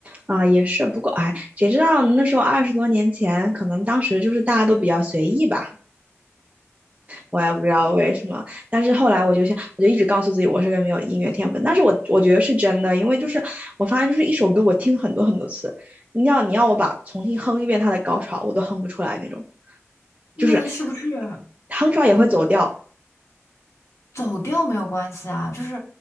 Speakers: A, on the right (about 30°); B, on the left (about 70°).
A: 啊，也是，不过哎，谁知道呢那时候二十多年前，可能当时就是大家都比较随意吧。我也不知道为什么，但是后来我就想，我就一直告诉自己我是个没有音乐天分，但是我我觉得是真的，因为就是我发现就是一首歌我听很多很多次，你要你要我把重新哼一遍它的高潮，我都哼不出来那种，
B: 那是不是
A: 就是哼出来也会走调。
B: 你走调没有关系啊？就是，